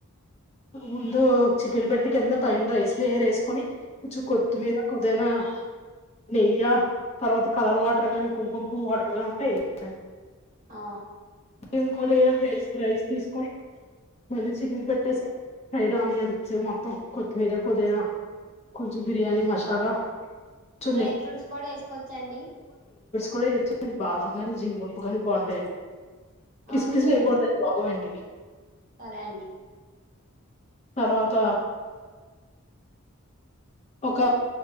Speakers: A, on the left (about 30°); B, on the right (about 40°).
A: ముందు చికెన్ పెట్టి కింద పైన్ రైస్ లేర వేసుకొని కొంచెం కొత్తిమీర
B: ఉమ్
A: కొద్దైనా
B: <inaudible>
A: నెయ్య తర్వాత కలర్ వాటర్ గాని కుంకుంపు వాటర్ గాని ఉంటే వడి
B: ఆ
A: ఇంకో లే రైస్ రైస్ తీసుకొని మళ్ళీ చికెన్ పెట్టేసి ఫ్రైడ్ ఆనియన్స్ మొత్తం కొత్తిమీర కొదీనా కొంచెం బిర్యానీ మసాలా చున్న
B: డ్రై ఫ్రూట్స్ కూడా వేసుకోవచ్చండి
A: కూడా ఇచ్చమండి బాదం కాని జీడిపప్పు కాని బాగుంటాయిడి కిస్మిస్లు
B: ఆ సరే
A: వేయకూడద
B: అండి
A: బాగమండి
B: సరే అండి
A: తర్వాత ఒక